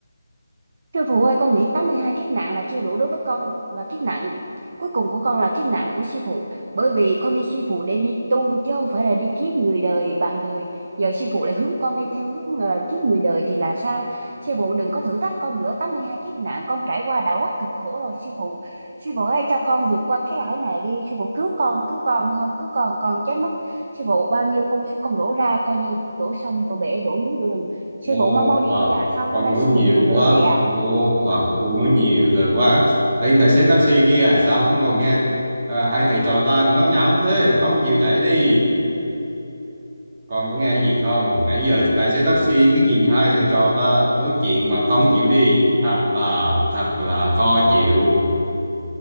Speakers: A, on the right; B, on the right.
A: Sư phụ ơi, con nghĩ 82 kiếp nạn là chưa đủ đối với con và kiếp nạn cuối cùng của con là kiếp nạn của sư phụ bởi vì con đi sư phụ để đi tu chứ không phải là đi kiếp người đời bạn đời giờ sư phụ lại hướng con đi theo hướng là kiếp người đời thì là sao sư phụ đừng có thử thách con nữa 82 kiếp nạn con trải qua đã quá cực khổ rồi sư phụ sư phụ ơi cho con vượt qua cái ải này đi sư phụ cứu con cứu con không cứu con con chết mất sư phụ bao nhiêu công sức con đổ ra coi như đổ sông đổ bể đổ núi đổ rừng sư
B: mô
A: phụ mau mau đi
B: Phật
A: đi ạ sao
B: con
A: hôm nay
B: nói
A: sư
B: nhiều
A: phụ nhiều lời
B: quá
A: vậy ạ
B: mô Phật con nói nhiều rồi quá tên tài xế taxi kia sao cũng còn nghe à, hai thầy trò ta nói nhảm thế không chịu chạy đi con có nghe gì không nãy giờ tài xế taxi cứ nhìn hai thầy trò ta nói chuyện mà không chịu đi thật là thật là khó chịu